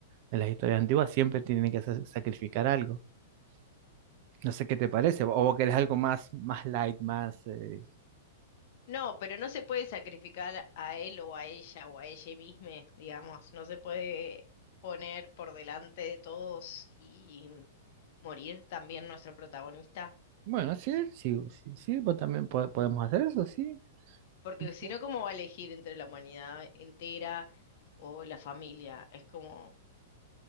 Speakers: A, on the right; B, on the left.
A: de las historias antiguas siempre tienen que sa- sacrificar algo. No sé qué te parece, o vos querés algo más, más light, más... eh,
B: No, pero no se puede sacrificar a él o a ella o a ella misma, digamos. No se puede poner por delante de todos y morir también nuestro protagonista.
A: Bueno, sí, sí, sí, sí, vos también po- podemos hacer eso, sí,
B: Porque
A: sí, sí,
B: si no, ¿cómo va a elegir entre la humanidad entera o la familia? Es como,